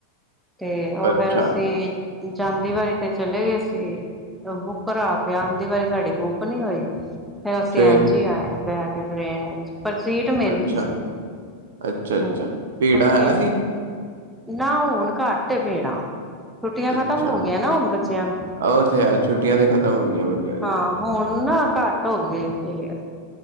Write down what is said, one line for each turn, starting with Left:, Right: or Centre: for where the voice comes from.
Centre: ਤੇ ਉਹ
Right: ਅੱਛਾ
Centre: ਫਿਰ ਅਸੀਂ ਜਾਦੀ ਵਾਰੀ ਤੇ ਚਲੇ ਗਏ ਸੀ। ਬੁੱਕ ਕਰਾ ਕੇ ਆਉਦੀ ਵਾਰੀ ਸਾਡੀ ਬੁੱਕ ਨੀ ਹੋਈ। ਫਿਰ ਅਸੀਂ
Right: ਫੇਰ
Centre: ਐਜੀ ਆਏ ਹੈ ਬਹਿ ਕੇ ਟ੍ਰੇਨ ਵਿਚ ਪਰ ਸੀਟ ਮਿਲ
Right: ਅੱਛਾ
Centre: ਗਈ ਸੀ।
Right: <unintelligible>
Centre: ਹੂੰ
Right: ਭੀੜਾ
Centre: ਅਸੀਂ
Right: ਹੈ ਸੀ
Centre: ਨਾ ਹੁਣ ਘੱਟ ਭੀੜਾਂ- ਛੁੱਟੀਆਂ ਖਤਮ
Right: ਅੱਛਾ
Centre: ਹੋ ਗਈਆਂ ਨਾ ਹੁਣ ਬੱਚਿਆਂ ਨੂੰ-
Right: ਉਹ ਤੇ ਹੈ ਛੁੱਟੀਆਂ ਤੇ ਖਤਮ ਹੋ ਗਈਆਂ ਬੱਚਿਆਂ ਦੀਆਂ
Centre: ਹਾਂ ਹੁਣ ਨਾ ਘੱਟ ਹੋ ਗਏ ਇਹ ਭੀੜ-